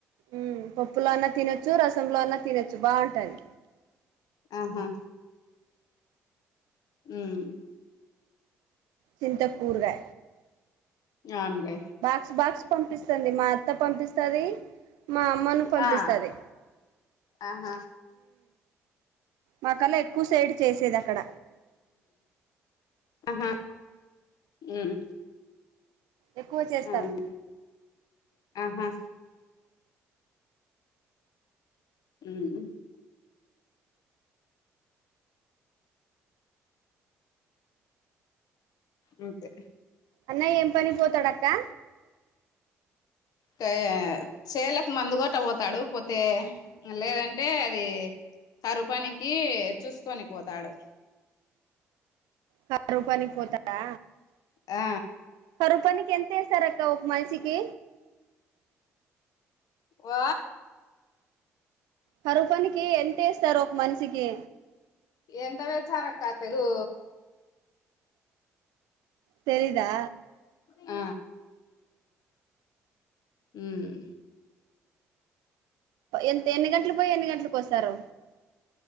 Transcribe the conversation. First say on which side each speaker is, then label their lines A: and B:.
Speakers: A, on the right (about 70°); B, on the left (about 65°).
A: ఉమ్ పప్పులో అన్నా తినొచ్చు రసంలో అన్నా తినొచ్చు బావుంటది.
B: ఆహా ఉమ్
A: చింతపూర్వే
B: అవున్లే
A: బాక్స్ బాక్స్ పంపిస్తుంది మా అత్త పంపిస్తాది మా అమ్మను పంపిస్తాది
B: ఆ ఆహా
A: మాకలా ఎక్కు సైడ్ చేసేది అక్కడ
B: ఆహా ఉమ్
A: ఎక్కువ చేస్తారు
B: అవును ఆహా ఉమ్ అంతే
A: అన్నయ ఏంపనికి వోతడక్కా
B: కాఎ చెల్లకు మందుగోట వోతాడు పోతే లేదంటే అది కరువ్ పనికీ చూస్కొని వోతాడూ
A: కరువ్ పనికి కోతాడా
B: ఆ
A: కరువ్ పనికి ఎంత ఎసరు అక్క ఒక్ మనిషికి
B: వో
A: కరువ్ పనికీ ఎంత ఎసరు ఒక్ మనిషికి
B: ఎంత వేచ్చరక్క తెలు
A: తెలీదా
B: ఆ ఉమ్
A: ఎంత ఎన్ని గంటలు పోయి ఎన్ని గంటలకు వస్తారు